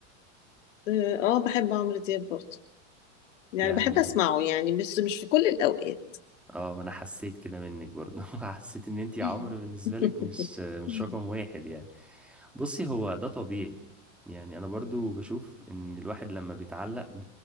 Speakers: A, on the left; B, in the centre.
A: اه آه، بحب عمرو دياب برضه يعني
B: يعني
A: بحب أسمعه يعني بس مش في كل الأوقات
B: اه ما انا حسيت كده منك برضه <laughs> حسيت ان انتي
A: <laughs>
B: عمرو بالنسبة لك مش مش رقم واحد يعني بصي هو ده طبيعي يعني انا برضو بشوف ان الواحد لما بيتعلق ب...